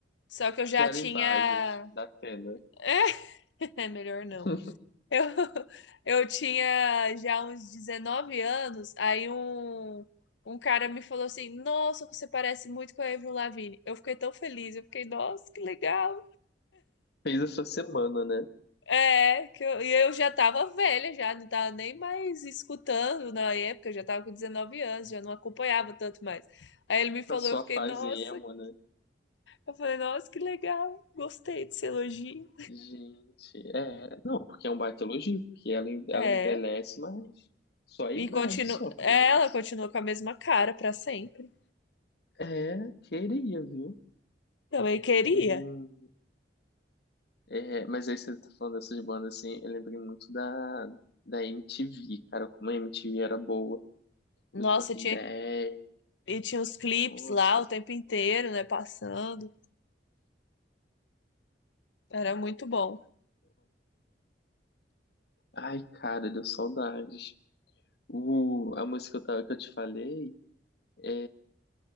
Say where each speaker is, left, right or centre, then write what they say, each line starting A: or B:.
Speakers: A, on the left; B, on the left.
A: só que eu já
B: quero
A: tinha.
B: imagens da Atena.
A: <laughs> É, melhor não.
B: <laughs>
A: Eu, <laughs> eu tinha já uns 19 anos, aí um, um cara me falou assim: Nossa, você parece muito com a Avril Lavigne. Eu fiquei tão feliz, eu fiquei, nossa, que legal.
B: Fez essa semana, né?
A: É, que eu, e eu já tava velha, já não tava nem mais escutando na época, eu já tava com 19 anos, já não acompanhava tanto mais. Aí ele me falou,
B: Passou
A: eu
B: a
A: fiquei,
B: fase
A: nossa,
B: emo, né?
A: Eu falei, nossa, que legal, gostei desse elogio.
B: Gente, é, não, porque é um baita elogio, porque ela, en- ela
A: É,
B: envelhece, mas só a
A: e
B: idade
A: continua,
B: só, porque,
A: ela
B: nossa,
A: continuou com a mesma cara pra sempre.
B: é, queria, viu?
A: Também queria.
B: Hum, é, mas aí você tá falando dessas bandas, assim, eu lembrei muito da, da MTV, cara, como a MTV era boa,
A: Nossa,
B: do Top
A: tinha
B: dez
A: e tinha os clipes
B: nossa,
A: lá o tempo inteiro, né, passando. Era muito bom.
B: ai, cara, deu saudades. O, a música que eu, tava, que eu te falei é,